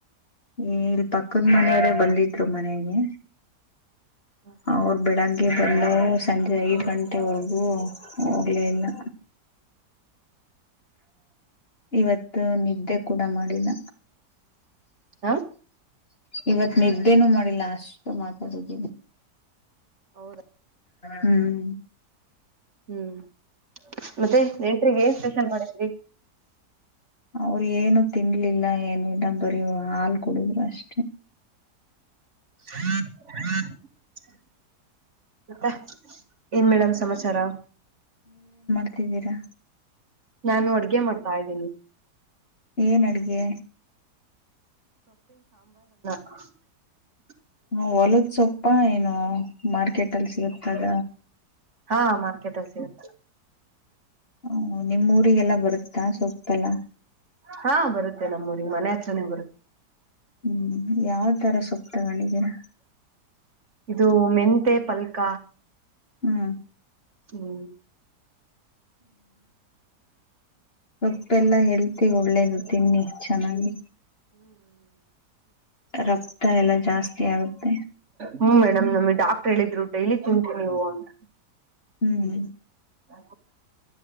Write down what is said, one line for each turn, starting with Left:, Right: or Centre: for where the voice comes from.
Left: ಏ ಇಲ್ ಪಕ್ಕದ್ ಮನೆಯವರೇ ಬಂದಿದ್ರು ಮನೆಗೆ.
Right: ಹ
Left: ಅವರು ಬೆಡಗ್. ಗೆ ಬಂದರು ಸಂಜೆ ಐದು ಗಂಟೆವರೆಗೂ ಹೋಗ್ಲಿನ್ನ. ಇವತ್ತು ನಿದ್ದೆ ಕೂಡ ಮಾಡಿಲ್ಲ.
Right: ಹ.
Left: ಇವತ್ ನಿದ್ದೇನು ಮಾಡಿಲ್ಲ ಅಷ್ಟು ಮಾತಾಡಿದೀವಿ.
Right: ಹೌದಾ.
Left: ಹ್ಮ್
Right: ಹ್ಮ್ ಮತ್ತೆ ನೆಂಟ್ರಗ್ ಏನ್ ಸ್ಪೆಷಲ್ ಮಾಡಿದ್ರಿ.
Left: ಅವರು ಏನು ತಿನ್ಲಿಲ್ಲ ಏನಿಲ್ಲ ಬರಿ ಹಾಲ್ ಕೊಡುದ್ರು ಅಷ್ಟೇ.
Right: ಹ್ಮ. ಹ್ಮತ್ತ. ಏನ್ ಮೇಡಮ್ ಸಮಾಚಾರ.
Left: ಮಾಡತಿದ್ದೀರಾ
Right: ನಾನು ಅಡ್ಗೆ ಮಾಡ್ತಾ ಇದ್ದೀನಿ
Left: ಏನ್ ಅಡ್ಗೆ
Right: ಹ
Left: ಹ ಹೊಲದ್ ಸೊಪ್ಪ ಏನು ಮಾರ್ಕೆಟ್ ಅಲ್ಲಿ ಸಿಗತಾಗ
Right: ಹಾ ಮಾರ್ಕೆಟ್ ಹ ಸಿ ಇಗತ್ತ
Left: ಹ ನಿಮ್ಮ್ ೂರಿಗೆಲ್ಲ ಬರುತ್ತಾ ಸೊಪ್ಪಲ್ಲ
Right: ಹಾ ಬರುತ್ತೆ ನಮ್ಮೂರಿಗೆ ಮನೆ ಹತ್ರನೇ ಬರುತ್ತೆ
Left: ಹ್ಮ್ ಯಾವ್ ತರ ಸೊಪ್ಪ ತಗೊಂಡಿದೀನ
Right: ಇದು ಮೆಂತೆ ಪಲ್ಕ
Left: ಹ್ಮ್
Right: ಹ್ಮ್
Left: ಸೊಪ್ಪ ಎಲ್ಲಾ ಹೇಳ್ತಿ ಒಳ್ಳೇದು ತಿನ್ನಿ ಚೆನ್ನಾಗಿ ರಕ್ತ ಎಲ್ಲ ಜಾಸ್ತಿ ಆಗುತ್ತೆ
Right: ಹ್ಮ ನಮ್ ನಮ್ಗೆ ಡಾಕ್ಟರ್ ಹೇಳಿದ್ರು ಡೈಲಿ ತಿಂತಿ ನೀವು ಅಂತ
Left: ಹ್ಮ್
Right: ಆ